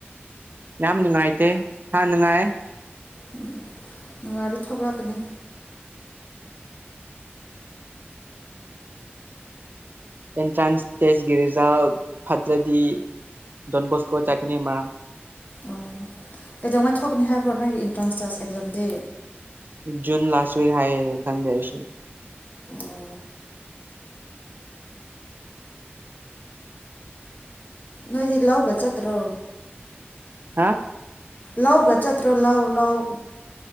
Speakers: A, on the right; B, on the left.
A: ꯌꯥꯝ ꯅꯨꯡꯉꯥꯏꯇꯦ ꯍꯥꯥ ꯅꯨꯡꯉꯥꯏ
B: ꯎꯝ ꯅꯨꯡꯉꯥꯢꯔꯣ ꯊꯣꯛꯂꯛꯀꯅꯤ
A: ꯑꯦꯟꯇ꯭ꯔꯥꯟꯁ ꯇꯦꯁꯀꯤ ꯔꯤꯖꯜ ꯐꯠꯇ꯭ꯔꯗꯤ ꯗꯣꯟꯕꯣꯁꯀꯣ ꯆꯥꯛꯀꯅꯤ ꯃꯔꯥꯝ
B: ꯑꯣ ꯀꯩꯗꯧꯉꯥꯏ ꯊꯣꯛꯀꯅꯤ ꯍꯥꯏꯕ꯭ꯔꯣ ꯅꯣꯏꯒꯤ ꯑꯦꯟꯇ꯭ꯔꯥꯟꯁ ꯇꯥꯁ ꯑꯦꯛꯖꯥꯝꯗꯤ
A: ꯖꯨꯨꯟ ꯂꯥꯁ ꯋꯤꯛ ꯍꯥꯏꯌꯦ ꯈꯪꯗꯦ ꯑꯩꯁꯨ
B: ꯑꯣ ꯅꯣꯏꯗꯤ ꯂꯎꯒ ꯆꯠꯇ꯭ꯔꯣ
A: ꯍꯥ
B: ꯂꯧꯒ ꯆꯠꯇ꯭ꯔꯣ ꯂꯧ ꯂꯧ